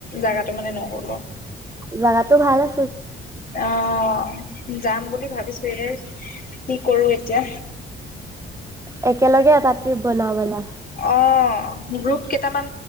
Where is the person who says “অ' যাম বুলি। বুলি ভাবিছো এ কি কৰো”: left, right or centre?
Left